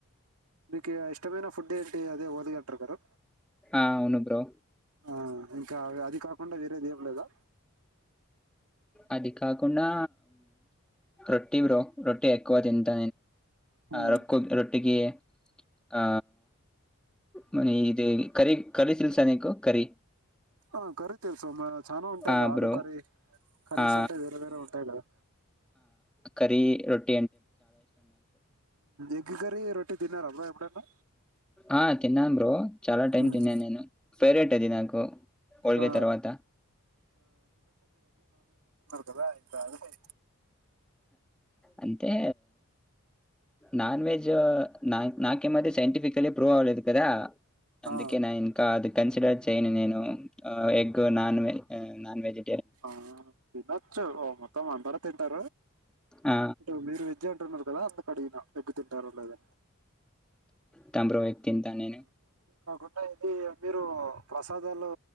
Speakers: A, on the right; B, in the centre.
A: వికే ఇష్టమైన ఫుడ్ ఏంటి అదే ఓదిగా అంటారు గ
B: ఆ అవును బ్రో
A: ఆ ఇంకా అది కాకుండా వేరేది ఏం లేదా
B: అది కాకుండా రొట్టి బ్రో రొట్టటి ఎక్కువ తింట
A: ఉమ్
B: రొ రొట్టకి ఆ మన ఇది కర కరి తెల్సా నీకు కర్రీ
A: ఆ కరతర్ సోమ్ చనా ఉంటే
B: ఆ
A: ఇగ ఆలు
B: బ్రో.
A: కరి కరీస్
B: ఆ
A: ఉంటే వేర బేర ఉంటా ఇ కదా
B: కరీ రొట్
A: ఎగ్ కర రొటీటి తినన్నార అబ్బ ఎప్పుడన్నా
B: ఆ తిన్నాను బ్రో చాలా టైమ్
A: ఉమ్
B: తిన్నాను నేను ఫేరేట్ అది నాకు హోల్గే
A: ఆ
B: తర్వాత
A: తలా ఇంత అ
B: అంటే నాన్ వెజ్ నా నాకేమది సైంటిఫికలీ ప్రూవ్ అవ్వలేదు కదా అందుకే
A: ఆ
B: నా ఇన్కా అద కన్సిడర్ చేయను నేను egg non veg non veg
A: ఆ తినొచ్చు మొత్తం అందార త
B: ఆ!
A: అ మీరు వెజ్ అంటున్నారు కదా అంత అడిగిన ఎగ్గు తింటారు లేదా
B: తబ్రో ఎ తింతా నేను
A: ఇన్నాది మీరు ప్రసాదాలు